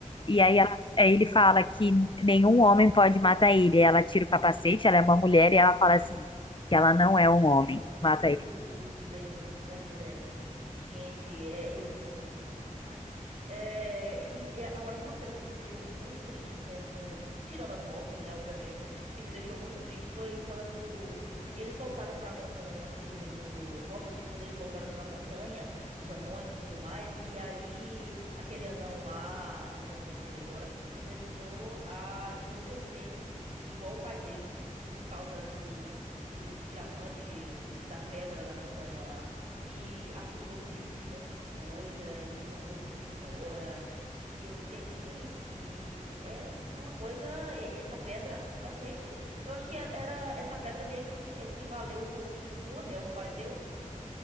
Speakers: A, on the left; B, on the right.
A: e
B: hum.
A: aí ela- aí ele fala que nenhum homem pode matar ele. Ela tira o capacete, ela é uma mulher, e ela fala assim, que ela não é um homem. Mata
B: Uh, lembro, lembro dessa. Gente, é, eu não sou homem. Ai. É, e, é, agora, uma cena que me deixou muito triste, né, né, nesse- tirando as mortes, né, obviamente, que me deixou muito triste foi quando eles voltaram pra montanha no filme do Hobbit, quando eles voltaram pra montanha, os anões e tudo mais, e aí aquele anão lá, não lembro o nome dele agora, começou a enlouquecer, igual o pai dele. Por causa do, do, do diamante, da pedra da montanha lá. E acusou Bilbo de um monte de coisa e mandou Bilbo embora. E eu fiquei, gente, é é uma coisa. e- Essa pedra realmente. Eu acho que era era- essa pedra meio que equivaleu um pouquinho com o anel, não pareceu?